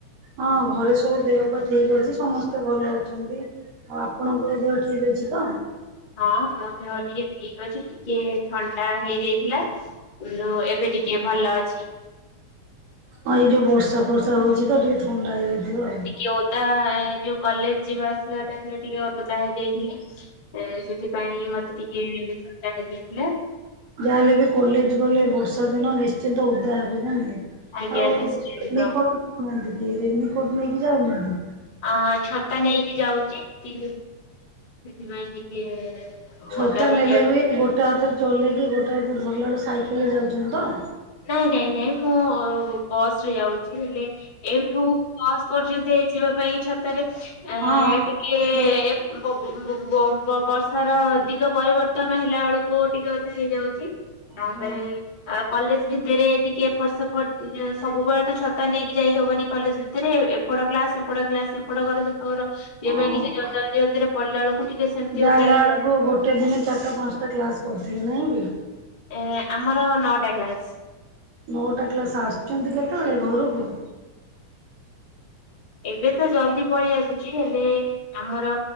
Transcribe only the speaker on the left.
ହଁ ମୋ ଦେହ ଟିକେ ଠିକ ଅଛି ଟିକେ ଥଣ୍ଡା ହେଇଯାଇଥିଲା। ଯୋଉ ଏବେ ଟିକିଏ ଭଲ ଅଛି।
ଟିକେ ଓଦା ଏ ଯୋଉ କଲେଜ ଯିବା ଆସିବା ଟାଇମରେ ଟିକେ ଓଦା ହେଇଯାଇଥିଲେ। ଏଁ ସେଥିପାଇଁ ମତେ ଟିକେ ଏବେ ଥଣ୍ଡା ହେଇଯାଇଥିଲା।
ଆଜ୍ଞା
ନିଶ୍ଚିନ୍ତ।
ଆ ଛତା ନେଇକି ଯାଉଚି। ତି ସେଥିପାଇଁ ଟିକେ
ଓଦା ହେଇଯାଉଛି।
ନାଇଁ ନାଇଁ ନାଇଁ ମୁଁ ଅ ବସରେ ଯାଉଚି। ହେଲେ ଏଇଠୁ ବସ୍ ପର୍ଯ୍ୟନ୍ତ ଏଇ ଯିବା ପାଇଁ ଛତାରେ ଆଁ
ଟିକେ ଵଉଁ-ବମ-ବମ ବର୍ଷାର ଦିଗ ପରିବର୍ତ୍ତନ ହେଲା ବେଳକୁ ଟିକେ ଓଦା ହେଇଯାଉ ଚି ତା
ପରେ ଆ କଲେଜ ଭିତରେ ଟିକେ ଏପଟ ସେପଟ ଇଏ ସବୁବେଳେ ତ ଛତା ନେଇକି ଯାଇହବନି କଲେଜ ଭିତରେ ଏପଟ କ୍ଲାସ ସେପଟ କ୍ଲାସ ସେପଟ ଘର ସେପଟ ଘର
ୟା ପାଇଁ ଟିକେ ଜ-ଜଲ୍ଦି ଜଲ୍ଦି ପଳେଇଲା ବେଳକୁ ଟିକେ ସେମତି
ଓଦା
ହେଇଯାଉ।
ଏଁ ଆମର ନଅଟା କ୍ଲାସ୍।
ଏବେ ତ ଜଲଦି ପଳେଇ ଆସୁଛି, ହେଲେ ଆମର